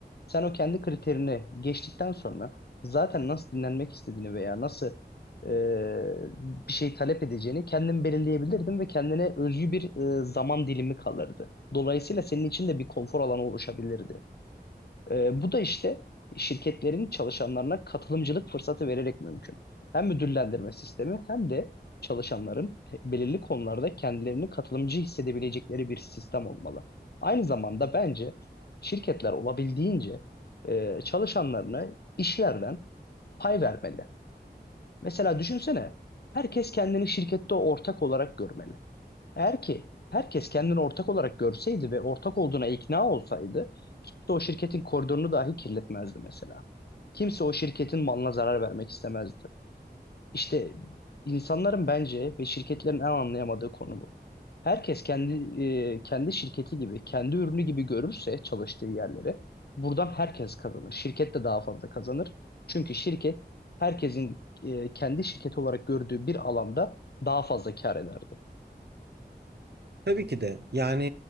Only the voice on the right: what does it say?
Tabii ki de yani